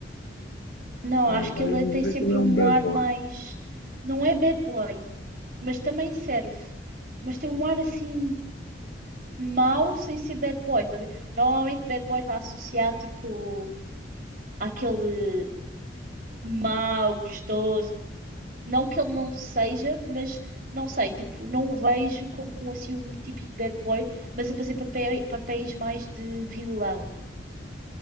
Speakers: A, on the right; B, on the left.
A: Não,
B: Ah,
A: acho que ele
B: Vais-me
A: é- tem
B: dizer
A: sempre
B: que ele é
A: um
B: um bad
A: ar
B: boy.
A: mais. Não é bad boy, mas também serve. Mas tem um ar assim mau sem ser bad boy, tá a ver? Normalmente bad boy está associado tipo àquele mau, gostoso. Não que ele não seja, mas não sei, tipo, não o vejo como assim um típico bad boy, mas a fazer papéis, papéis mais de vilão.